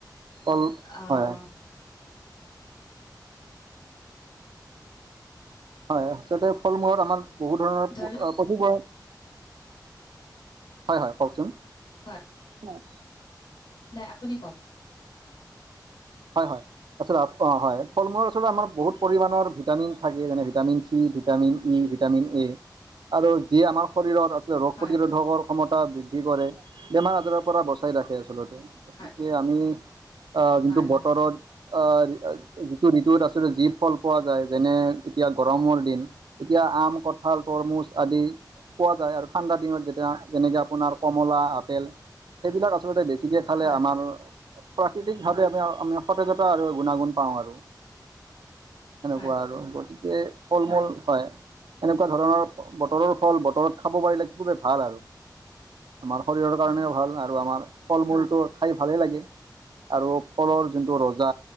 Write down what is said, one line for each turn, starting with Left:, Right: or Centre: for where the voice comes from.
Right: উম,
Left: আহ
Right: হয়। হয়, হয়, আছলতে ফল-মূলত আমাৰ বহুত ধৰণৰ
Left: ধৰি
Right: পু
Left: লওক
Right: অ <unintelligible> হয়- হয়, কওঁকচোন।
Left: হয়
Right: হয়।
Left: নাই আপুনি কওঁক। <inaudible>
Right: হয়-হয়, ওচৰত অ', হয়, ফল-মূলত আচলতে আমাৰ বহুত পৰিমাণৰ ভিটামিন থাকে, যেনে vitamin vitamin E, vitamin A আৰু যি আমাৰ শৰীৰত আছে ৰোগ
Left: হয়
Right: প্ৰতিৰোধকৰ ক্ষমতা বৃদ্ধি কৰে, বেমাৰ-আজাৰৰ পৰা বচাই ৰাখে। আচলতে, গতিকে
Left: হয়
Right: আমি অ', যোনটো
Left: হয়
Right: বতৰত
Left: হয়
Right: অ', ঋতু ঋতুত আচলতে যি ফল পোৱা যায়, যেনে এতিয়া গৰমৰ দিন। এতিয়া আম, কঁঠাল, তৰমুজ আদি। পোৱা যায়, আৰু ঠাণ্ডা দিনত যেতিয়া যেনেকে আপোনাৰ কমলা, আপেল সেইবিলাক আচলতে বে ছিকে খালে
Left: হয়
Right: আমাৰ প্ৰাকৃতিক ভাৱে আমি আমি সতেজতা আৰু গুণাগুণ পাওঁ আৰু। সেনেকুৱা
Left: হয়
Right: আৰু গতিকে ফল-মূল, হয়। এনেকুৱা ধৰণৰ বতৰৰ ফল বতৰত খাব পাৰিলে খুবেই ভাল আৰু। আমাৰ শৰীৰৰ কাৰণেও
Left: হয়
Right: ভাল আৰু আমাৰ ফল-মূলটো খাই ভালেই লাগে। আৰু ফলৰ যোনটো ৰজা